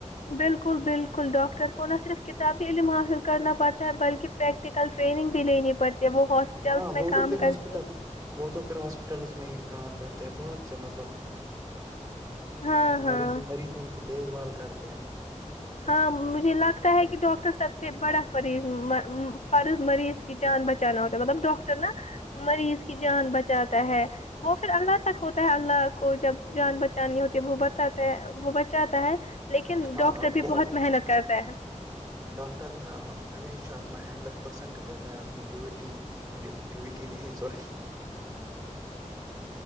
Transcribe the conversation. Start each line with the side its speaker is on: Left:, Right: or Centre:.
Left: بالکل بالکل ڈاکٹر کو نہ صرف کتابی علم حاصل کرنا پڑتا ہے بلکہ پریکٹیکل ٹریننگ بھی لینی پڑتی ہے وہ ہسپتالس
Right: ہاں
Left: میں
Right: وہ
Left: کام
Right: تو پھر
Left: کر
Right: ہاسپٹل
Left: کے
Right: وہ تو پھر ہاسپتالس میں ہی کام کرتے ہیں بہت سے مطلب
Left: ہاں ہاں
Right: مریض مریضوں کی دیکھ بھال کرتے ہیں
Left: ہاں مجھے لگتا ہے کہ ڈاکٹر سب سے بڑا فریض فرض مریض کی جان بچ بچانا ہوتا مطلب ڈاکٹر نا مریض کی جان بچاتا ہے وہ پھر اللہ تک ہوتا ہے اللہ کو جب جان بچانی ہوتی ہے وہ بتاتا ہے وہ بچاتا ہے لیکن
Right: ہاں
Left: ڈاکٹر
Right: آپ
Left: بھی
Right: کو
Left: بہت
Right: پتہ ہے
Left: محنت کرتے ہے
Right: ڈاکٹر نا ہمیشہ اپنا ہنڈریڈ پرسنٹ دیتا ہے اپنی ڈیوٹی ڈیو ڈیوٹی نہیں سوری